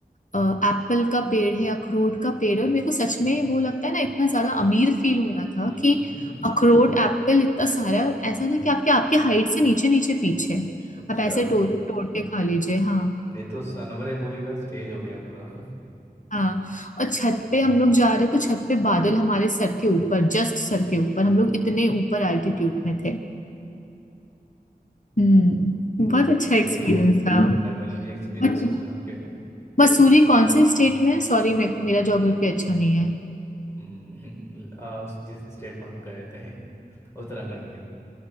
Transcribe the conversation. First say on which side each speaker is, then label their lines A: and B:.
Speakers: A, on the left; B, on the left.
A: एप्पल का पेड़ है अखरोट का पेड़ है और मेरे को सच में वो लगता है ना इतना ज्यादा अमीर फील हो रहा था
B: हम्म
A: कि अखरोट एप्पल इतना सारा है और ऐसा ना कि आपके आपके हाइट से नीचे नीचे पीच है
B: <laughs> अच्छा
A: आप ऐसे तोड़ तोड़ के खा लीजिए हाँ
B: ये तो सनमरे मूवी का स्टेज हो गया पूरा <laughs>
A: हाँ और छत पे हम लोग जा रहे तो छत पे बादल हमारे सर के ऊपर जस्ट सर के ऊपर हम लोग इतने ऊपर एल्टीट्यूड में थे हम्म
B: तो
A: बहुत
B: बिल्कुल
A: अच्छा एक्सपीरियंस
B: ही
A: था
B: हेवनली एक्सपीरियंस
A: बट
B: होगा आपके लिए
A: मसूरी कौन से स्टेट में है सॉरी मे, मेरा ज्योग्राफी अच्छा नहीं है
B: हम्म <laughs> आ, उस जिस स्टेट में आप गए थे <laughs> उत्तराखंड में ही।